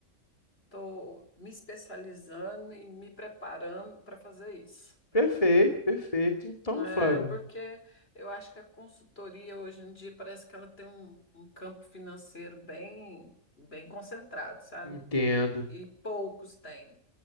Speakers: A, on the left (about 50°); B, on the left (about 25°).
A: tô me especializando e me preparando para fazer isso.
B: Perfeito, perfeito. Então,
A: É,
B: Flávio,
A: porque eu acho que a consultoria hoje em dia parece que ela tem um, um campo financeiro bem, bem concentrado, sabe?
B: entendo.
A: E poucos têm.